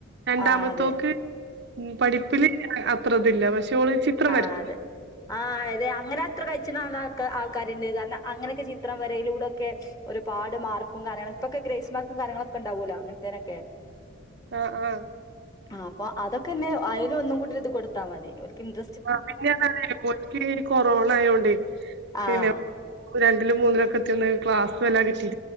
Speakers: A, on the right (about 60°); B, on the left (about 20°).
A: രണ്ടാമത്തോക്ക്
B: ആ അതെ
A: പഠിപ്പില് അത്രതില്ല പക്ഷെ ഓള് ചിത്രം
B: ആ
A: വരക്കും.
B: അതെ ആ അതെ അങ്ങനെ എത്ര കയിച്ചിന്ന ആൾക്കാരിണ്ട് കാരണം അങ്ങനെയൊക്കെ ചിത്രം വരയിലൂടൊക്കെ ഒരുപാട് മാർക്ക് കാര്യങ്ങള ഇപ്പൊക്കെ ഗ്രസ്മാർക്കും കാര്യങ്ങളൊക്കെ ഉണ്ടാവൂലോ അങ്ങനെ ന്തിനൊക്കെ
A: ആഹ ആഹ
B: ആ അപ്പൊ അതൊക്കെ അന്നെ അയില് ഒന്നുങ്കൂടി ഒരിത് കൊടുത്താ മതി ഓരിക്ക് ഇന്റെ
A: ആ പിന്നെങ്ങനെ കൊറോണ ആയതോണ്ടേ
B: ആഹ്
A: പിന്നെ രണ്ടിലും മൂന്നിലും ഒക്കെ എത്തിന്ന് ക്ലാസ് <unintelligible> കിട്ടി